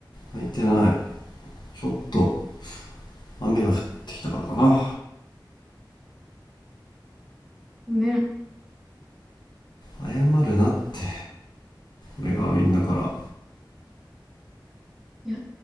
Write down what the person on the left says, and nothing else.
泣いてないちょっと雨が降ってきたからかな
謝るなって俺が悪いんだから